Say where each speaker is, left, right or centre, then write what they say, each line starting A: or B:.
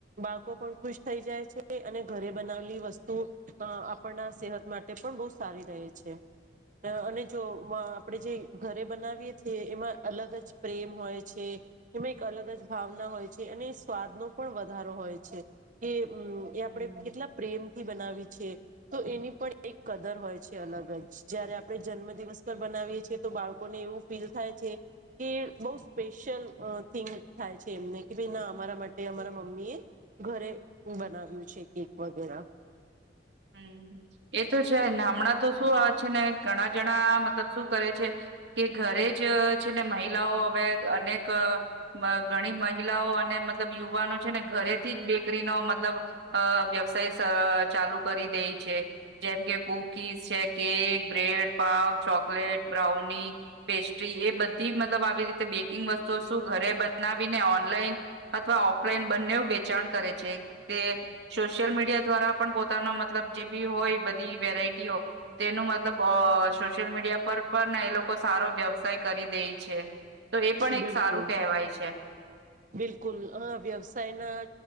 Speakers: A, on the right; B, on the right.
A: બાળકો પણ ખુશ થઈ જાય છે. અને ઘરે બનાલી વસ્તુ આપણના સેહત માટે પણ બહ સારી રહે છે. અને જો આપણેે જે ઘરે બનાવીએ છએ એમાં અલગ જ પ્રેમ હોય છે. એમાં એક અલગ જ ભાવના હોય છે, અને સ્વાદનો પણ વધારો હોય છે. કે હમ એ આપડણે
B: હમ્મ.
A: કેટલા પ્રેમથી બનાવી છે. તો એની પણ એક કદર હોય છે અલગ જ જયારે આપણે જન્મ દિવસ પર બનાવીએ છીએ તો બાળકોને એવું ફીલ થાય બ સ્પેશિય ફીલિંગ થાય છે, એમને કે ભ ના અમારા માટે અરા મમ્મી મમ્મી એ ઘરે બનાવ્યું છે. કેક વગેરા
B: હમ, એ તો છે નામણા તો શું છે ને ઘણા જણા મતલબ શું કરે છે કે ઘરે જ છે ને મહિલાઓ હવે અને ક મ ગણી મય મહિલાઓ અને મતલબ યુવાનો છે ને ઘરેથી જ બેકરીનો મતલબ અ વ્યવસાય સ ચાલુ ઈછે જેમ કે કુકીઝ છે કેક બ્રેડ પાવ ચોકલેટ બ્રાઉની પેસ્ટ્રી એ બધ તીમતલબ આવી રીતે બેકિંગ વસ્તુ શું ઘરે બનાવીને ઓનલાઈન અથવા ઓફ પલ બંને વેચાણ કરે છે તે સોશિયલ મીડિયા દ્વારા પણ હા મતલ જે બી હોય બધી વેરાયટીઓ તેનું મતલબ અ સોશિયલ મીડિયા પર પણ લોકો સારો વ્યવસાય કરી દે છે તો એ પણ
A: બિલકુલ
B: એક સારું કહેવાય છે
A: બિલકુલ અ વ્યવસાય ના